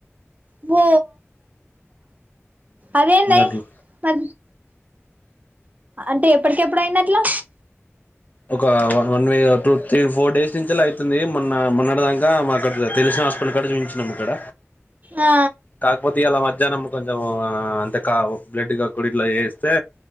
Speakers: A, on the right; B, on the left.
A: బొ అదేంది అయి
B: అట్లా
A: మ అంటే ఎప్పటికి ఎప్పుడుయిందట్లా
B: ఒక వ వన్ వ టూ త్రీ ఫోర్ డేస్ నుంచిలా అయితుంది. మొన్న మొన్నటదంకా మాకు తెలుస్ హాస్పిటల్ కాడ చూయించినం ఇక్కడ
A: ఆ
B: కాకపోతే ఇయాల మధ్యాహ్నం కొంచెం అంత కా బ్లడ్ కాకూడ ఇలా చెస్తే